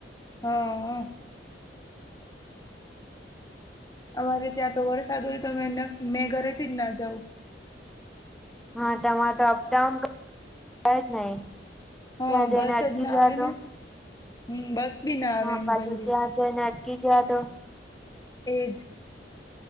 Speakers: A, on the left; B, in the centre.
A: હા અમારે ત્યાં તો વરસાદ હોય તો મે મેં ઘરેથી જ ના જાઉં
B: હા તમારે તો અપડાઉન જ નઈ
A: હા
B: ત્યાં જઈને
A: બસ
B: અટકી
A: જ ના
B: ગયા
A: આવે
B: તો
A: ને હમ બસ બી ના આવે
B: હા
A: એમ
B: પાછુ
A: જલ્દી
B: ત્યાં જઈ ને અટકી ગયા તો
A: એજ